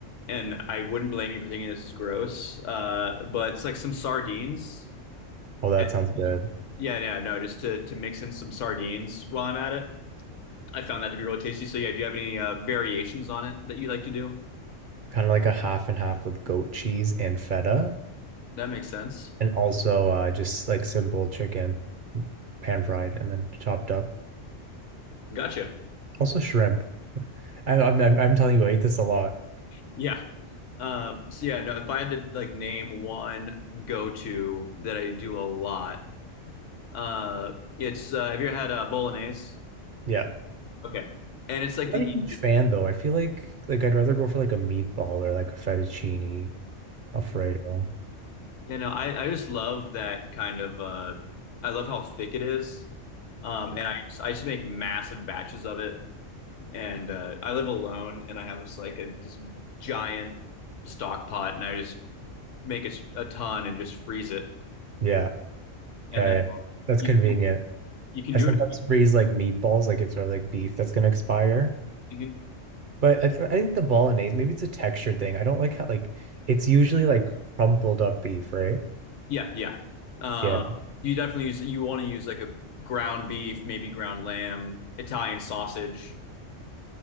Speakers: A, on the left; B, on the right.
A: and I wouldn't blame you for thinking this is gross, uh, but it's like some sardines.
B: Oh, that
A: And
B: sounds good.
A: yeah, yeah, no, just to to mix in some sardines while I'm at it. I found that to be really tasty. So yeah, do you have any uh, variations on it that you like to do?
B: Kind of like a half and half with goat cheese and feta,
A: That makes sense.
B: and also uh just like simple chicken, pan fried and then chopped up.
A: Gotcha.
B: Also shrimp. I, I'm I'm I'm telling you, I eat this a lot.
A: Yeah. Um, so yeah, no, if I had to like name one go-to that I do a lot, uh, it's uh, have you ever had uh, bolognese?
B: Yeah.
A: Okay. And it's like
B: Not
A: the,
B: a
A: e,
B: huge fan though. I feel like like I'd rather go for like a meatball or like a fettuccine Alfredo.
A: you know, I, I just love that kind of, uh, I love how thick it is. Um, and I, I just make massive batches of it. And uh, I live alone and I have just like a, this giant stock pot and I just make a, a ton and just freeze it.
B: Yeah,
A: And
B: yeah,
A: then
B: yeah. That's
A: you,
B: convenient.
A: you can
B: I
A: do
B: sometimes
A: it.
B: freeze like meatballs, like if they're like beef that's gonna expire.
A: Mhm.
B: But I, th I think the bolognese, maybe it's a texture thing. I don't like how like it's usually like crumpled up beef, right?
A: Yeah, yeah. Um,
B: Yeah,
A: you definitely use you want to use like a ground beef, maybe ground lamb, Italian sausage.